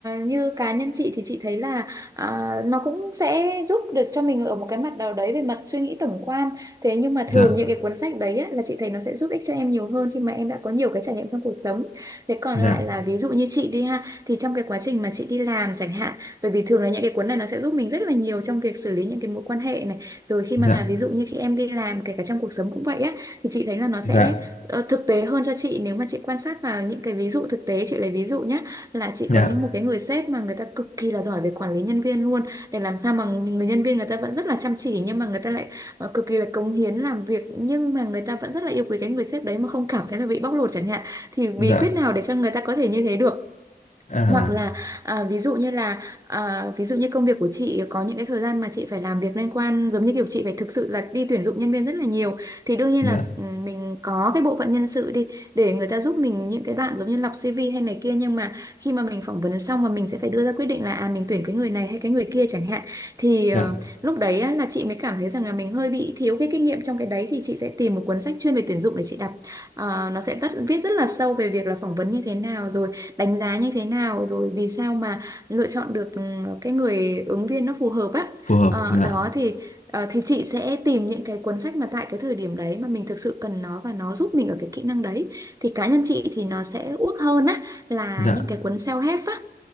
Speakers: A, on the right; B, on the left.
A: như cá nhân chị thì chị thấy là à, nó cũng sẽ giúp được cho mình ở một cái mặt nào đấy về mặt suy nghĩ tổng quan. Thế nhưng mà
B: dạ
A: thường những cái cuốn sách đấy á, là chị thấy nó sẽ giúp ích cho em nhiều hơn khi mà em đã có nhiều cái trải nghiệm trong cuộc sống. Thế còn
B: dạ
A: lại là ví dụ như chị đi ha, thì trong cái quá trình mà chị đi làm chẳng hạn bởi vì thường là những cái cuốn này nó sẽ giúp mình rất là nhiều trong việc xử lý những cái mối quan hệ này rồi khi
B: dạ
A: mà ví dụ như khi em đi làm kể cả trong cuộc sống cũng vậy á thì chị thấy là nó sẽ
B: dạ
A: ờ, thực tế hơn cho chị nếu mà chị quan sát vào những cái ví dụ thực tế chị lấy ví dụ nhé là chị
B: dạ
A: có những một cái người sếp mà người ta cực kỳ là giỏi về quản lý nhân viên luôn để làm sao mà người nhân viên người ta vẫn rất là chăm chỉ nhưng mà người ta lại ờ, cực kỳ là cống hiến làm việc nhưng mà người ta vẫn rất là yêu quý cái người sếp đấy mà không cảm thấy là bị bóc lột chẳng hạn thì bí
B: dạ
A: quyết nào để cho người ta có thể như thế được
B: à
A: hoặc là à, ví dụ như là à, ví dụ như công việc của chị có những cái thời gian mà chị phải làm việc liên quan giống như kiểu chị phải thực sự là đi tuyển dụng nhân viên rất là nhiều thì đương nhiên
B: dạ
A: là s- mình có cái bộ phận nhân sự đi để người ta giúp mình những cái đoạn giống như lọc CV hay này kia nhưng mà khi mà mình phỏng vấn xong mà mình sẽ phải đưa ra quyết định là à mình tuyển cái người này hay cái người kia chẳng hạn thì
B: dạ
A: ờ, lúc đấy á, là chị mới cảm thấy rằng là mình hơi bị thiếu cái kinh nghiệm trong cái đấy thì chị sẽ tìm một cuốn sách chuyên về tuyển dụng để chị đọc Ờ, nó sẽ vắt- viết rất là sâu về việc là phỏng vấn như thế nào rồi đánh giá như thế nào rồi vì sao mà lựa chọn được ừ, cái người ứng viên nó phù hợp á
B: phù hợp
A: Ờ,
B: dạ
A: đó thì ờ, thì chị sẽ tìm những cái cuốn sách mà tại cái thời điểm đấy mà mình thực sự cần nó và nó giúp mình ở cái kỹ năng đấy thì cá nhân chị thì nó sẽ uốc hơn á là
B: dạ
A: những cái cuốn self-help á